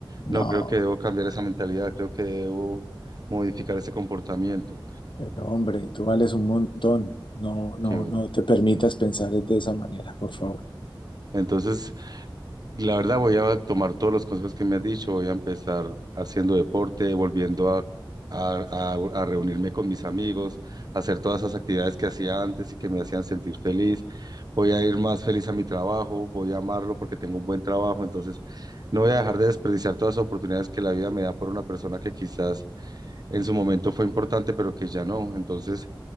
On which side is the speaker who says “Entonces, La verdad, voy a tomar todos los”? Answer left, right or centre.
Right